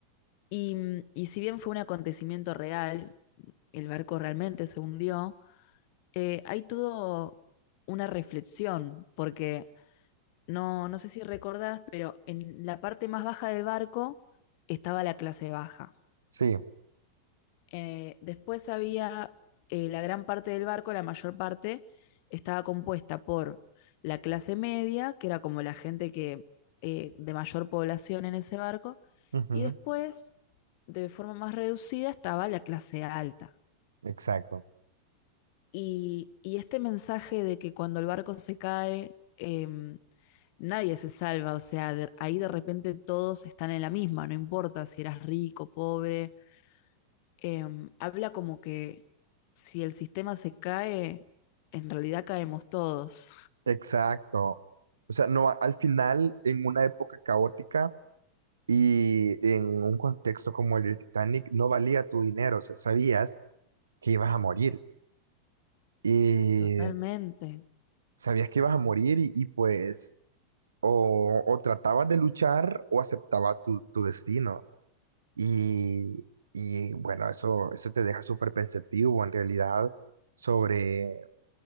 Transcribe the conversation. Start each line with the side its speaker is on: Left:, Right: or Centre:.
Left: y, mm, y si bien fue un acontecimiento real, el barco realmente se hundió, eh, hay todo una reflexión porque no, no sé si recordás, pero en la parte más baja del barco estaba la clase baja.
Right: Sí,
Left: Eh, después había eh, la gran parte del barco, la mayor parte, estaba compuesta por la clase media, que era como la gente que, eh, de mayor población en ese barco,
Right: ujú,
Left: y después, de forma más reducida, estaba la clase alta.
Right: Exacto,
Left: Y, y este mensaje de que cuando el barco se cae, em, nadie se salva, o sea, de- ahí de repente todos están en la misma, no importa si eras rico, pobre, em, habla como que si el sistema se cae, en realidad caemos todos.
Right: exacto. O sea, no, al final, en una época caótica, Y en un contexto como el del Titanic, no valía tu dinero, o sea, sabías que ibas a morir. Y
Left: Totalmente.
Right: sabías que ibas a morir y, y pues o, o tratabas de luchar o aceptabas tu, tu destino. Y, y bueno, eso, eso te deja súper pensativo en realidad sobre,